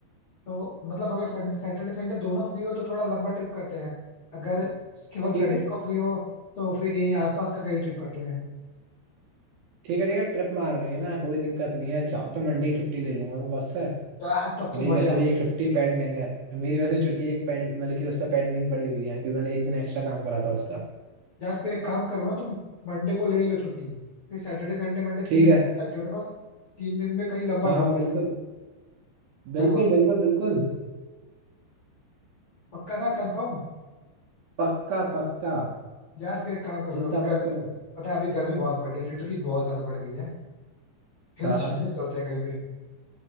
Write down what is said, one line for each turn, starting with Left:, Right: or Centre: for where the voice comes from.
Left: तो मतलब अगर संडे सैटरडे संडे दोनों फ्री हो तो थोड़ा लंबा ट्रिप करते हैं अगर केवल संडे
Right: ठीक है
Left: को फ्री हो तो फिर यहीं आसपास का कहीं ट्रिप करते हैं
Right: ठीक है ठीक है ट्रिप मार रही है ना कोई दिक्कत नहीं है चाहो तो मंडे की छुट्टी ले लूंगा मैं बॉस से
Left: यार तब तो
Right: मेरी
Left: मजे
Right: वैसे
Left: आ
Right: भी एक छुट्टी पेंडिंग है मेरी वैसे छुट्टी एक पेंड मतलब कि उस पर पेंडिंग पड़ी हुई है क्योंकि मैंने एक दिन एक्स्ट्रा काम करा था उसका
Left: यार फिर एक काम करो ना तुम मंडे को ले ही लो छुट्टी फिर सैटरडे संडे मंडे तीन
Right: ठीक है
Left: दिन लग गए अपने पास तीन दिन में कहीं लंबा
Right: हाँ
Left: घूम
Right: हाँ
Left: गया
Right: बिल्कुल
Left: क्या
Right: बिल्कुल
Left: बोल
Right: बिल्कुल बिल्कुल
Left: पक्का ना कंफर्म
Right: पक्का पक्का
Left: यार फिर एक काम करो
Right: चिंता
Left: अभी
Right: मत
Left: पता
Right: करो
Left: है अभी गर्मी बहुत बढ़ गई है लिटरली बहुत ज्यादा बढ़ गई है हिल
Right: हाँ हाँ
Left: स्टेशन चलते हैं कहीं पे